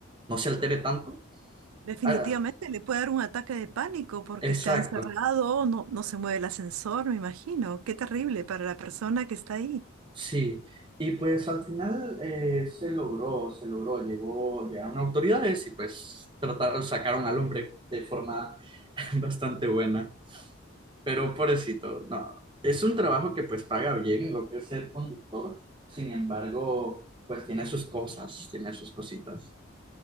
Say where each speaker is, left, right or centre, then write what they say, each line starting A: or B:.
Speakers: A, on the right (about 25°); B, on the right (about 85°).
A: no se altere tanto.
B: Definitivamente
A: Ah,
B: le puede dar un ataque de pánico porque
A: exacto,
B: está encerrado, no, no se mueve el ascensor, me imagino. Qué terrible para la persona que está ahí.
A: sí. Y pues al final eh, se logró, se logró, llegó, llegaron autoridades y pues trataron, sacaron al hombre de forma <laughs> bastante buena. Pero pobrecito, no. Es un trabajo que pues paga bien, lo que es ser conductor. Sin embargo, pues tiene sus cosas, tiene sus cositas.